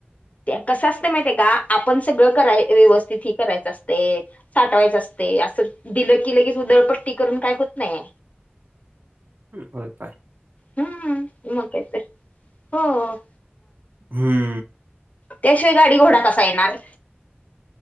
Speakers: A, on the left; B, on the right.
A: कसं असतं माहित आहे का आपण सगळं कराय व्यवस्थित ही करायचं असते. साठवायचं असते असं दिलं की लगेच उदळपट्टी करून काय होत नाही.
B: होय काय
A: हम्म मग काय तर हो.
B: हम्म
A: त्याशिवाय गाडी घोडा कसा येणार.